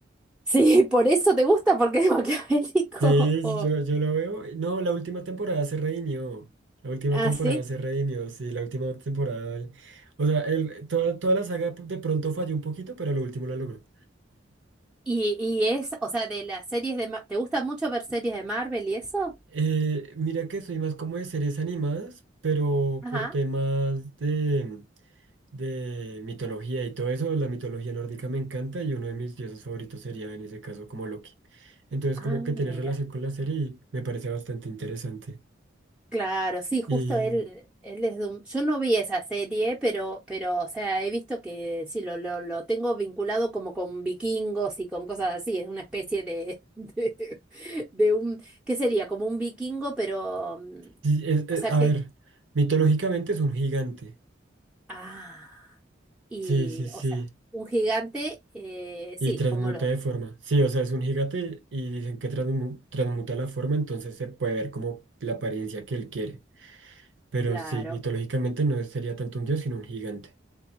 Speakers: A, in the centre; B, on the right (about 75°).
A: Sí, por eso te gusta, porque es maquiavélico.
B: Sí,
A: <laughs> O...
B: yo, yo lo veo. No, la última temporada se redimió. La última
A: Ah,
B: temporada
A: sí.
B: se redimió, sí, la última temporada. eh, O sea, el, toda, toda la saga de pronto falló un poquito, pero lo último la logró.
A: y, y es, o sea, de las series de... Ma- ¿Te gusta mucho ver series de Marvel y eso?
B: Eh, mira que soy más como de series animadas, pero
A: Ajá.
B: por temas de, de mitología y todo eso, la mitología nórdica me encanta y uno de mis dioses favoritos sería en ese caso como Loki. Entonces
A: Ah,
B: como que tiene
A: mira.
B: relación con la serie y me parece bastante interesante.
A: Claro, sí, justo
B: Y
A: él, él es de un- Yo no vi esa serie, pero, pero, o sea, he visto que sí, lo, lo, lo tengo vinculado como con vikingos y con cosas así. Es una especie de, <laughs> de, de un, ¿qué sería? Como un vikingo, pero, mm,
B: Sí, es- eh,
A: o sea
B: a
A: que,
B: ver, mitológicamente es un gigante.
A: ah. Y,
B: Sí, sí, sí.
A: o sea, un gigante, eh,
B: Y
A: sí,
B: transmuta
A: como lo,
B: de forma. Sí, o sea, es un gigante y dicen que transmu- transmuta la forma, entonces se puede ver como la apariencia que él quiere. Pero
A: claro.
B: sí, mitológicamente no sería tanto un dios, sino un gigante.